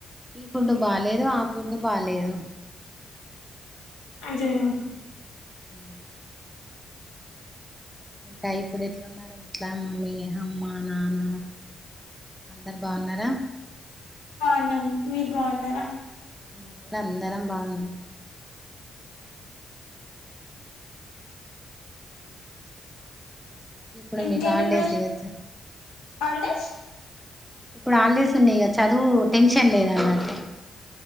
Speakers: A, in the centre; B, on the left.
A: ఈ ఫుడ్ బాలేదు ఆ ఫుడ్ బాలేదు
B: అజేయవా
A: ఉమ్ ఇంకా ఇప్పుడు ఎట్లున్నారు ఇంట్లా మమ్మీ అమ్మ నాన్న అందరు బాగున్నారా
B: బాగున్నాం మీరు బాగున్నారా
A: మేము కూడా అందరం బాగున్నామ్ ఇప్పుడు
B: ఇంకేంటి
A: మీకు హాలిడేస్
B: మశ్
A: ఇయొచ్చు
B: హాల్డేస్
A: ఇప్పుడు హాల్డేస్ ఉన్నాయి కదా చదువు టెన్షన్ లేదు అన్నట్టు